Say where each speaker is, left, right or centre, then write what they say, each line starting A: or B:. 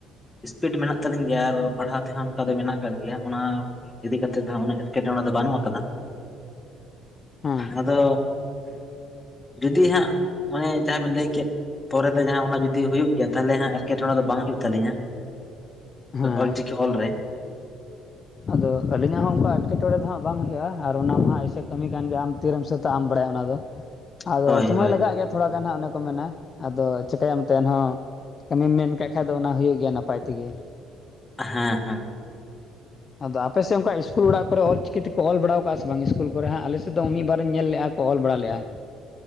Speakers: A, on the left (about 15°); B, on the left (about 35°).
A: ᱥᱤᱥᱯᱤᱰ ᱢᱮᱱᱟᱜ ᱛᱟᱹᱞᱤᱧ ᱜᱮᱭᱟ ᱟᱨ ᱯᱟᱲᱦᱟᱣ ᱛᱮᱦᱚᱸ ᱚᱱᱠᱟ ᱫᱚ ᱢᱮᱱᱟᱜ ᱟᱠᱟᱫ ᱜᱮᱭᱟ ᱚᱱᱟ ᱤᱫᱤ ᱠᱟᱛᱮᱫ ᱫᱚ ᱦᱟᱸᱜ ᱩᱱᱟᱹᱜ ᱮᱸᱴᱠᱮᱴᱚᱬᱮ ᱫᱚ ᱵᱟᱹᱱᱩᱜ ᱠᱟᱫᱟ᱾
B: ᱦᱮᱸ
A: ᱟᱫᱚ ᱡᱩᱫᱤ ᱦᱟᱸᱜ ᱢᱟᱱᱮ ᱡᱟᱦᱟᱸ ᱵᱮᱤᱱ ᱞᱟᱹᱭ ᱠᱮᱫ ᱯᱚᱨᱮ ᱛᱮ ᱡᱟᱦᱟᱸ ᱚᱱᱟ ᱡᱩᱫᱤ ᱦᱩᱭᱩᱜ ᱜᱮᱭᱟ ᱛᱟᱦᱚᱞᱮ ᱦᱟᱸᱜ ᱮᱴᱠᱮᱴᱚᱬᱮ ᱫᱚ ᱵᱟᱝ ᱦᱩᱭᱩᱜ ᱛᱟᱹᱞᱤᱧᱟ᱾
B: ᱦᱮᱸ
A: ᱚᱞ ᱪᱤᱠᱤ ᱚᱞ ᱨᱮ
B: ᱟᱫᱚ ᱟᱹᱞᱤᱧᱟᱜ ᱦᱚᱸ ᱚᱱᱠᱟ ᱮᱴᱠᱮᱴᱚᱬᱮ ᱫᱚ ᱦᱟᱸᱜ ᱵᱟᱝ ᱦᱩᱭᱩᱜᱼᱟ ᱟᱨ ᱚᱱᱟ ᱢᱟ ᱮᱭᱥᱮ ᱠᱟᱹᱢᱤ ᱠᱟᱱᱜᱮ ᱟᱢ ᱛᱤᱨᱮᱢ ᱥᱟᱹᱛᱟᱜ ᱟᱢ ᱵᱟᱲᱟᱭᱟ ᱚᱱᱟᱫᱚ᱾
A: <inaudible>
B: ᱟᱫᱚ ᱥᱚᱢᱚᱭ
A: ᱦᱳᱭ
B: ᱞᱟᱜᱟᱜ ᱜᱮᱭᱟ ᱛᱷᱚᱲᱟ ᱜᱟᱱ ᱦᱟᱸᱜ ᱚᱱᱮ ᱠᱚ ᱢᱮᱱᱟ ᱟᱫᱚ ᱪᱤᱠᱟᱭᱟᱢ ᱮᱱᱦᱚᱸ᱾ ᱠᱟᱹᱢᱤᱢ ᱢᱮᱱ ᱠᱟᱜ ᱠᱷᱟᱡ ᱫᱚ ᱚᱱᱟ ᱦᱩᱭᱩᱜ ᱜᱮᱭᱟ ᱱᱟᱯᱟᱭ ᱛᱮᱜᱮ᱾
A: ᱦᱮᱸ ᱦᱮᱸ
B: ᱟᱫᱚ ᱟᱯᱮ ᱥᱮᱫ ᱚᱱᱠᱟ ᱤᱥᱠᱩᱞ ᱚᱲᱟᱜ ᱠᱚᱨᱮ ᱚᱞ ᱪᱤᱠᱤ ᱛᱮᱠᱚ ᱚᱞ ᱵᱟᱲᱟᱣ ᱠᱟᱜᱼᱟ ᱥᱮ ᱵᱟᱝ ᱤᱥᱠᱩᱞ ᱠᱚᱨᱮ ᱦᱟᱸᱜ ᱟᱞᱮᱥᱮᱫ ᱫᱚ ᱢᱤᱫ ᱵᱟᱨᱤᱧ ᱧᱮᱞ ᱞᱮᱼᱟ᱾ ᱚᱞ ᱵᱟᱲᱟ ᱞᱮᱭᱼᱟ